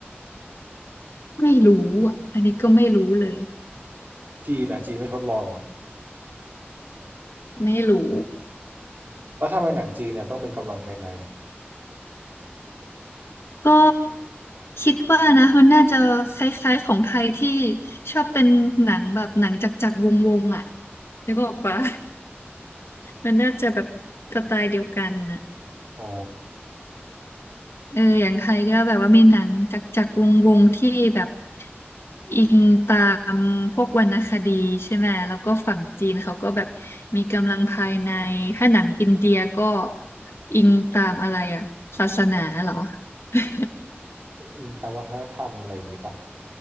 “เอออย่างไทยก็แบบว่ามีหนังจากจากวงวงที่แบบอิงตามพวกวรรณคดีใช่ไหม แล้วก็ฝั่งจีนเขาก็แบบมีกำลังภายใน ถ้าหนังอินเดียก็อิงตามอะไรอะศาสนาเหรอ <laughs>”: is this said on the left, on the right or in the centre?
Left